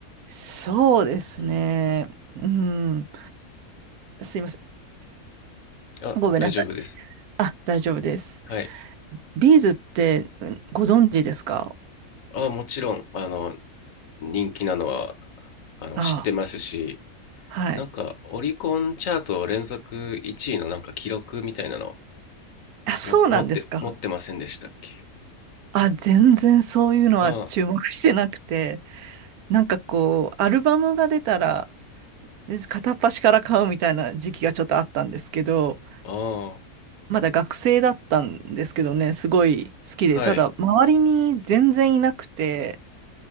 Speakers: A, on the right; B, on the left.
A: そうですね。
B: うん。
A: うん。すいませ
B: あ、
A: ん。ごめんなさい。
B: 大丈夫です。
A: あ、大丈夫です。
B: はい。
A: ビーズってうんご存知ですか
B: あ、もちろん、あの、人気なのは、あの、
A: あ
B: 知ってますし、
A: あ、はい。
B: なんか、オリコンチャート連続1位のなんか記録みたいなの、
A: あ、そうなんですか
B: も、持って、持ってませんでしたっけ
A: あ、全然そういうのは注目してなくて、
B: あ
A: なんかこう、アルバムが出たら、で片っ端から買うみたいな時期がちょっとあったんですけど、
B: あ、ああ、
A: まだ学生だったんですけどね、すごい好きで、
B: はい。
A: ただ周りに全然いなくて、